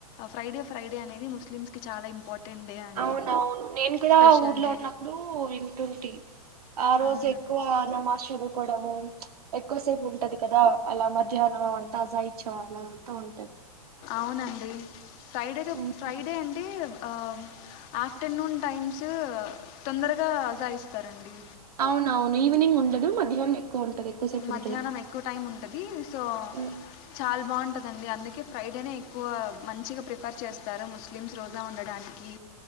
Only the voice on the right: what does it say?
అవునవును నేను కూడా
ఊర్లో
ఉన్నప్పుడు వింటుంటి ఆ రోజు
ఎక్కువ నమాజ్ చదువుకోవడము ఎక్కువసేపు ఉంటది కదా అలా మధ్యాహ్న వ తాజా ఇచ్చ అలా అంత ఉం
ఉమ్,
అవునవును ఈవినింగ్ ఉండదు మధ్యాహ్నం ఎక్కువ ఉంటది ఎక్కువసేపు
ఉంటది
ఉమ్,